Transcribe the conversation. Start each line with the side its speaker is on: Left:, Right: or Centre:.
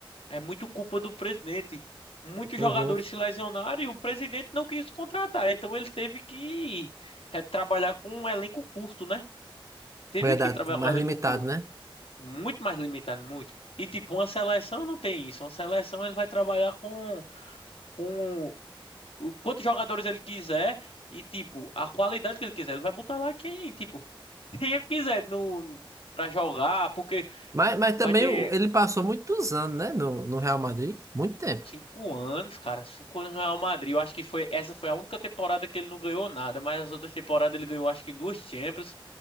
Left: É muito culpa do presidente. Muitos
Right: uhum.
Left: jogadores se lesionaram e o presidente não quis contratar. Então ele teve que eh, trabalhar com um elenco curto, né? Teve
Right: Verdade,
Left: que trabalhar
Right: mais
Left: com um elenco
Right: limitado,
Left: curto.
Right: né?
Left: Muito mais limitado, muito. E tipo, uma seleção não tem isso. Uma seleção ele vai trabalhar com, com o- quantos jogadores ele quiser e tipo, a qualidade que ele quiser. Ele vai botar lá quem, tipo, <laughs> quem ele quiser no, pra jogar, porque
Right: Mas, mas
Left: vai
Right: também
Left: ter
Right: o- ele passou muitos anos, né, no, no Real Madrid, muito tempo.
Left: Cinco anos, cara. Cinco anos no Real Madrid. Eu acho que foi essa foi a única temporada que ele não ganhou nada, mas as outras temporadas ele ganhou acho que duas Champions,